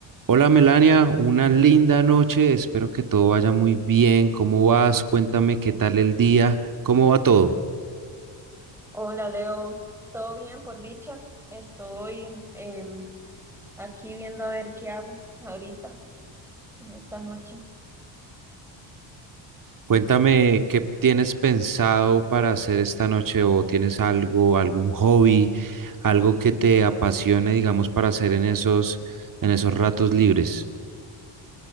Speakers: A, on the right; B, in the centre.
A: Hola Melania, una linda noche, espero que todo vaya muy bien. ¿Cómo vas? Cuéntame qué tal el día, cómo va todo.
B: Hola Leo, ¿todo bien por dicha? Estoy em, aquí viendo a ver qué hago ahorita, en esta noche.
A: Cuéntame qué tienes pensado para hacer esta noche o tienes algo, algún hobby, algo que te apasione, digamos, para hacer en esos, en esos ratos libres.